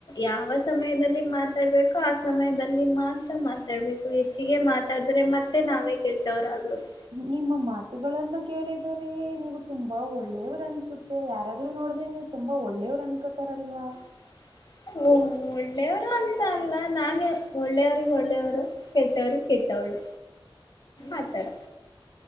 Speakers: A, on the left; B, on the right.
A: ಯಾವ ಸಮಯದಲ್ಲಿ ಮಾತನಾಡಬೇಕು ಹಾ ಸಮಯದಲ್ಲಿ ಮಾತನಾಡಬೇಕು ಮಾತಾಡ್ಬೇಕು ಹೆಚ್ಚಿಗೆ ಮಾತಾಡಿದ್ರೆ ಮತ್ತೆ ನಾವೇ ಕೇಳ್ತವ್ರ ಆಗೋದು
B: ನಿಮ್ಮ ಮಾತುಗಳನ್ನು ಕೇಳಿದರೆ ನೀವು ತುಂಬಾ ಒಳ್ಳೆಯವರು ಅನ್ಸುತ್ತೆ ಯಾರಾದ್ರೂ ನೋಡ್ದ <unintelligible> ತುಂಬಾ ಒಳ್ಳೇವ್ರು ಅನ್ಕೋತಾರಲ್ವಾ
A: <unintelligible> ಹಓ ಒಳ್ಳೆಯ <unintelligible> ರು ಅಂತ ಅಲ್ಲ ನಾನೇ ಒಳ್ಳೆಯವ್ರಿಗೆ ಒಳ್ಳೆಯವರು ಕೆಟ್ಟವ್ರಿಗೆ ಕೆಟ್ಟವ್ಳು ಆತರ